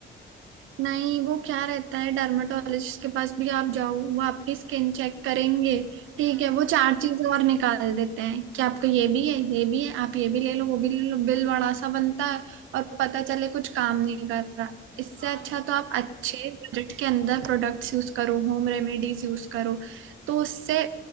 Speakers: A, on the right; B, on the right.
A: नहीं वो क्या रहता है डर्मेटोलॉजिस्ट के पास भी आप जाओ वो आपकी स्किन चेक करेंगे ठीक
B: हाँ
A: है वो चार चीजें और निकाल देते हैं कि आपको ये भी है ये भी है आप ये भी ले लो वो भी ले लो बिल बड़ा सा बनता है और पता चले कुछ काम नहीं कर रहा इससे
B: हाँ
A: अच्छा
B: यार
A: तो आप अच्छे बजट के अंदर प्रोडक्ट्स यूज करो होम रेमेडीज यूज करो तो उससे